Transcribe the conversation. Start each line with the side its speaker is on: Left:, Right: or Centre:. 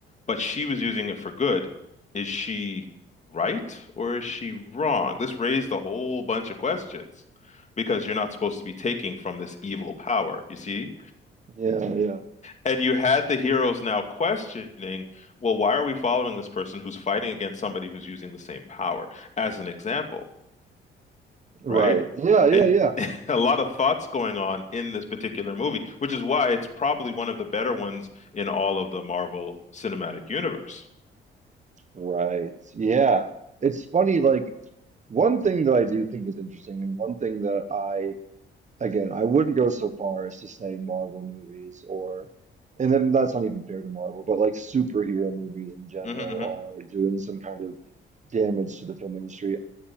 Left: but she was using it for good, is she right or is she wrong? This raised a whole bunch of questions because you're not supposed to be taking from this evil power, you see?
Right: Yeah, yeah.
Left: And you had the heroes now questioning, well, why are we following this person who's fighting against somebody who's using the same power, as an example,
Right: Right.
Left: right?
Right: Yeah, yeah,
Left: And
Right: yeah.
Left: <laughs> a lot of thoughts going on in this particular movie, which is why it's probably one of the better ones in all of the Marvel Cinematic Universe.
Right: Right. Yeah. It's funny, like one thing that I do think is interesting, and one thing that I, again, I wouldn't go so far as to say Marvel movies or, and then that's not even fair to Marvel, but like superhero movies in general
Left: hmm hmm
Right: are doing some kind of damage to the film industry.